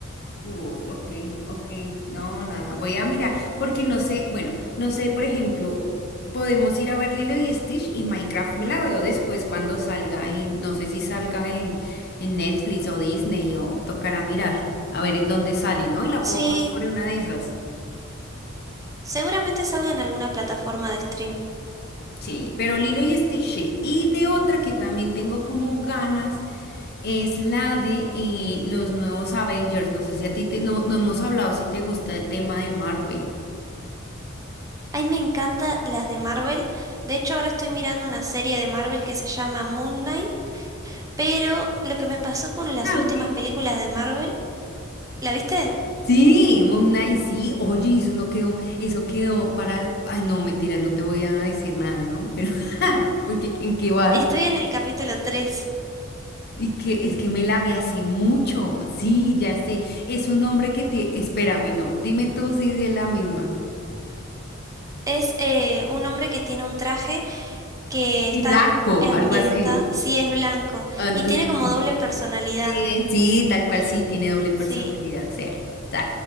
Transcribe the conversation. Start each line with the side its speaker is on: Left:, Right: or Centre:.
Left: Uf, ok, ok, no, nada, voy a mirar, porque no sé, bueno, no sé, por ejemplo, podemos ir a ver Lilo y Stitch y Minecraft me la veo después cuando salga en, no sé si salga en, en Netflix o Disney o tocará mirar, a ver en dónde sale, ¿no? Y la
Right: Sí,
Left: puedo ver por una de esas.
Right: seguramente salga en alguna plataforma de stream.
Left: Sí, pero Lilo y Stitch, sí. Y de otra que también tengo como ganas es la de eh, los nuevos Avengers, no sé si a ti te, no, no hemos hablado si te gusta el tema de Marvel.
Right: A mí me encantan las de Marvel. De hecho, ahora estoy mirando una serie de Marvel que se llama Moon Knight. Pero lo que me pasó con las
Left: Ah,
Right: últimas
Left: ok.
Right: películas de Marvel, ¿la viste?
Left: Sí, Moon Knight, sí. Oye, y eso no quedó, eso quedó para. Ay, no, mentira, no te voy a decir nada, ¿no? Pero, <laughs> porque ¿en qué vas?
Right: Estoy en el capítulo 3.
Left: Y que es que me la vi hace mucho. Sí, ya sé. Es un hombre que te. Espérame, no. Dime tú si es la misma.
Right: Es eh, un hombre que tiene un traje que está
Left: Sí, blanco,
Right: ambientado,
Left: algo así.
Right: sí es blanco,
Left: Ah, Entonces,
Right: y tiene como
Left: sí,
Right: doble personalidad.
Left: Eh, sí, tal cual sí, tiene doble personalidad.
Right: Sí,
Left: Sí, sí.